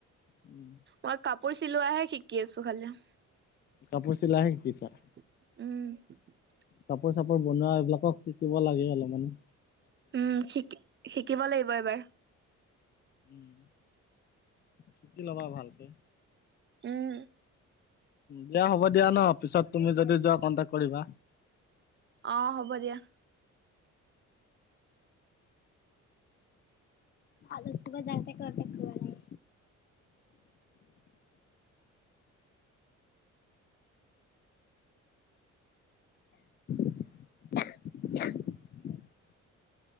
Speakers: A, on the left (about 35°); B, on the right (about 40°).
A: উম।
B: মই কাপোৰ চিলোৱাহে শিকি আছো খালি।
A: কাপোৰ চিলোৱা শিকিছা?
B: উমঁ।
A: কাপোৰ চাপোৰ বনোৱা এইবিলাকক শিকিব লাগে অলপ মানে।
B: উমঁ' শিকি শিকিব লাগিব এইবাৰ।
A: উমঁ' শিকি লবা ভালকে।
B: উমঁ।
A: দিয়া হ'ব দিয়া ন' পিছত তুমি যদি যোৱা কণ্টেক্ট কৰিবা।
B: অঁ' হ'ব দিয়া।
A: ভালো <unintelligible> যাওতে <unintelligible> <unintelligible>